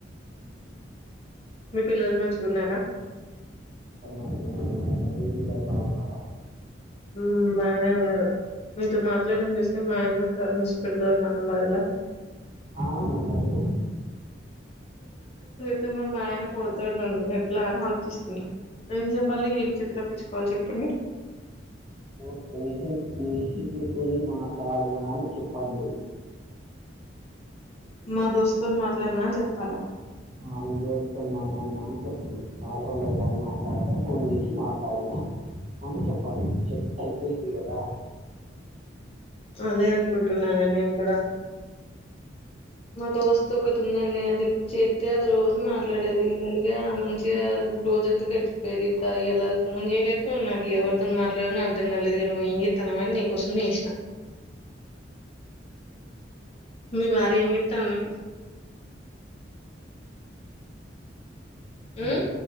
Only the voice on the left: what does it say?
మీ పిల్లలు మంచిగున్నారా
ఉమ బయనే ఉన్నారు మీతో మాట్లాడడం చూస్తే మాయనన్ను తన్ని పెడత నాన్న బాయిలా
అ మరి మా ఆయన కొడతాడు నన్ను ఎట్లా అని ఆలోచిస్తున్నా ఏం చెప్పాలి ఏం చెప్పి తప్పించుకోవాలి చెప్పండి
మా దోస్తుని మాట్లాడినా అని చెప్పాలా
అదే అనుకుంటున్నాను నేను కూడా మా దోస్తుత్ ఒకటి ఉందండి అది చేస్తతే అది రోజు మాట్లాడేది ఇ మంచిగా రోజంతకు గడిచిపోయేది ఇప్పుడు ఎలా అది ఫోన్ చేయలేదు నాకు ఎవరితోను మాట్లాడ అర్థం కాలలేదు ఇ నువ్వు ఏం చేస్తావ అని నీకోసం నేసినా మీ భార్య ఏం చేస్తాంది
ఉమ్